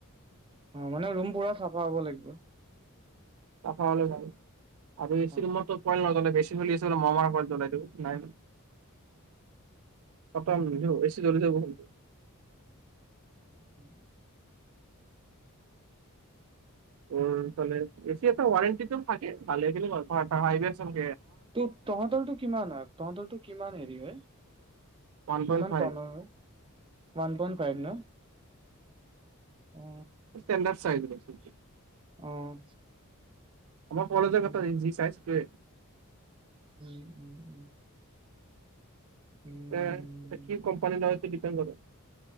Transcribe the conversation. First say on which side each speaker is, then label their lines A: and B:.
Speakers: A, on the right (about 25°); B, on the right (about 65°).
A: অ মানে ৰুম পুৰা চাফা হ'ব লাগিব।
B: ত পলে ভাল আৰু
A: অ
B: চিলম প নাজ বছি <unintelligible> ল আছে বো মমাৰ ওৰত জ্বলাই দিওঁ নাই সতমধ এচি জ্বলি থ <unintelligible>
A: উম উম উ উ
B: উম চলে, এ চি এটা ৱাৰেণ্টিটোম। পালে কিন্তু অফাৰ ফাৰ দিয়াত চাব <unintelligible>
A: ত। তহঁতৰটো কিমান আ তহঁতৰটো কিমান হেৰি হয়।
B: উৱান
A: কিমান
B: পইণ্ট ফাইভ
A: টনৰ হয় ওৱান পইণ্ট ফাইভ ন অ
B: ষ্টেণ্ডাচ। চাই <unintelligible>
A: অ
B: আমাৰ পলেজৰ
A: উম,
B: কথা যি চাইজ <unintelligible> টোৱে।
A: উম উম উম। উম।
B: এ এ কি কোম্পানী হয়। ডিপণ্ কৰে।